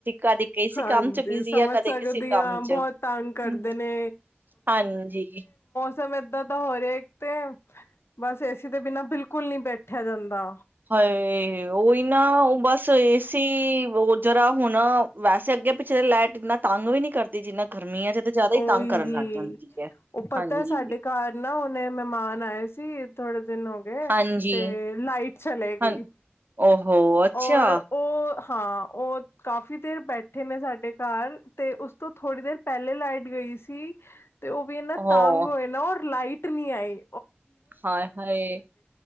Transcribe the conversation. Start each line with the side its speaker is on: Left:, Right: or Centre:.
Right: ਕਦੇ ਕਿਸੇ
Left: ਹਾਂਜੀ
Right: ਕੰਮ ਚ ਬਿਜੀ
Left: ਸਮਝ
Right: ਆ ਕਦੇ
Left: ਸਕਦੀ
Right: ਕਿਸੇ ਕੰਮ
Left: ਹਾਂ
Right: ਚ
Left: ਬਹੁਤ ਤੰਗ ਕਰਦੇ
Right: ਹ
Left: ਨੇ
Right: ਹਾਂਜੀ
Left: ਸਮ ਏਦਾਂ ਤਾਂ ਹੋ ਰਿਹਾ ਇੱਕ ਤੇ ਬਸ ਏਸੀ ਦੇ ਬਿਨਾਂ ਬਿਲਕੁਲ ਨਹੀਂ ਬੈਠੇ ਇਕੱਠਿਆ ਜਾਂਦਾ
Right: ਹ ਹੀ ਨਾ ਉਹ ਬਸ ਏਸੀ ਜਰਾ ਹੁਣ ਵੈਸੇ ਅੱਗੇ ਪਿੱਛੇ ਦੇ ਲਾਈਟ ਇਨਾ ਤੰਗ ਵੀ ਨਹੀ ਕਰਦੀ ਜਿੰਨਾ ਗਰਮੀਆਂ ਚ ਤੇ ਜ਼ਿਆਦਾ ਹੀ
Left: ਓਹੀ
Right: ਤੰਗ ਕਰਨ
Left: ਹੀ
Right: ਲੱਗ ਜਾਂਦੀ ਹੈ
Left: ਉਹ ਪਤਾ
Right: ਹਾਂਜੀ
Left: ਸਾਡੇ ਘਰ ਨਾ ਉਹਨੇ ਮਹਿਮਾਨ ਬਏ ਸੀ ਥੋੜੇ ਦਿਨ ਹੋ ਗਏ
Right: ਹਾਂਜੀ
Left: ਤੇ ਲਾਈਟ ਚਲੇ ਗਈ
Right: ਹਾਂ ਓਹੋ ਅੱਛਾ
Left: ਔਰ ਉਹ ਹਾਂ ਉਹ ਕਾਫ਼ੀ ਦੇਰ ਬੈਠੇ ਨੇ ਸਾਡੇ ਘਰ ਤੇ ਉਸ ਤੋਂ ਥੋੜ੍ਹੀ ਦੇਰ ਪਹਿਲੇ ਲਾਈਟ ਗਈ ਸੀ ਤੇ ਉਹ ਵੀ ਇਹਨਾ
Right: ਹੋ
Left: ਤੰਗ ਹੋਏ ਨਾ ਲਾਈਟ ਨਹੀਂ ਆਏ
Right: ਹਾਏ ਹਾਏ